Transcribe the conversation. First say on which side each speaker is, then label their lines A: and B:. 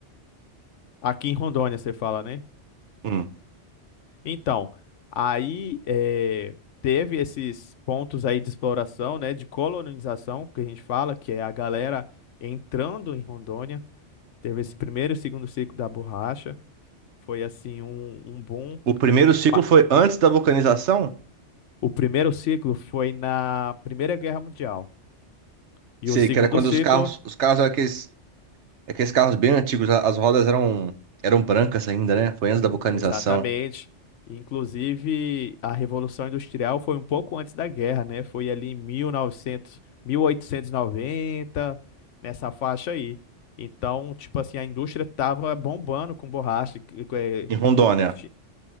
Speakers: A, on the left (about 80°); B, on the right (about 70°).
A: Aqui em Rondônia, você fala, né?
B: Hum.
A: Então, aí eh, teve esses pontos aí de exploração, né, de colonização, que a gente fala, que é a galera entrando em Rondônia. Teve esse primeiro e segundo ciclo da borracha. Foi assim um, um boom.
B: O primeiro ciclo
A: Ma-
B: foi antes da vulcanização?
A: O primeiro ciclo foi na Primeira Guerra Mundial. E
B: Sei
A: o segundo
B: que era quando
A: ciclo
B: os carros, os carros eram aqueles É que esses carros bem antigos, a- as rodas eram, eram brancas ainda, né? Foi antes da vulcanização
A: Exatamente. Inclusive, a Revolução Industrial foi um pouco antes da guerra, né? Foi ali em mil mil novecentos mil oitocentos e noventa nessa faixa aí. Então, tipo assim, a indústria tava bombando com borracha. que- que- eh,
B: em Rondônia.
A: ti-